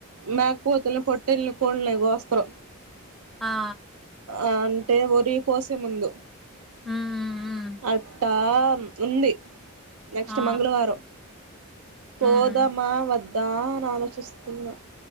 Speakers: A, on the right; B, in the centre.
A: మేకపోతుల్ని, పోటెట్ళ్ళని, కోళ్ళనీ, అవి కోస్తారు
B: ఆ..
A: అంటే ఒరి కోసే ముందు
B: ఉమ్ ఉమ్
A: ఆట్టా ఆమ్ ఉంది. నెక్స్ట్
B: ఆ
A: మంగళవారం పోదమా
B: ఉమ్
A: వద్ దా అని ఆలోచిస్తున్నా